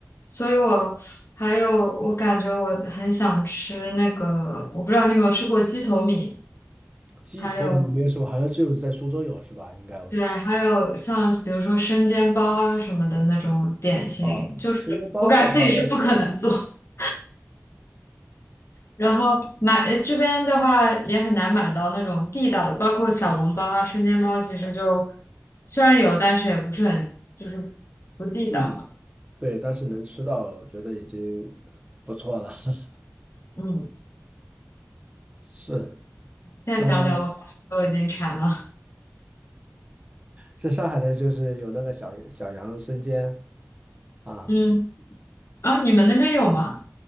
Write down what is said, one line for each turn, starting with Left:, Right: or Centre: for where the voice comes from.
Left: 所以我还有我感觉我很想吃那个，我不知道你有没有吃过鸡头米，
Right: 鸡头米没有说，
Left: 还有
Right: 好像只有在苏州有是吧？应该我
Left: 对，还有像比如说生煎包啊什么的那种点心，
Right: 啊，
Left: 就是我感觉自己是不可能做。
Right: 生煎包的话，但
Left: <laughs> 然后买呃这边的话也很难买到那种地道的，包括小笼包啊、生煎包，其实就虽然有，但是也不是很就是不地道嘛。
Right: 嗯，对，但是能吃到，觉得已经不错了。<laughs>
Left: 嗯，
Right: 是，
Left: 现在讲讲我都已经馋了。
Right: 呃，在上海的就是有那个小小羊生煎啊，
Left: 嗯，啊，你们那边有吗？